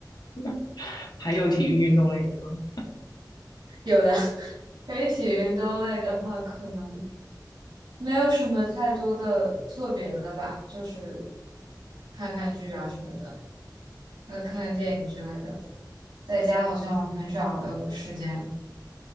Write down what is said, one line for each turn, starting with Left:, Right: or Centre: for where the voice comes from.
Left: <laughs> 还有体育运动类的吗？
Right: 有的 <laughs> 非体育运动类的话可能。没有什么太多的特别的吧，就是看看剧啊什么的，呃，看看电影之类的。在家好像很少有时间。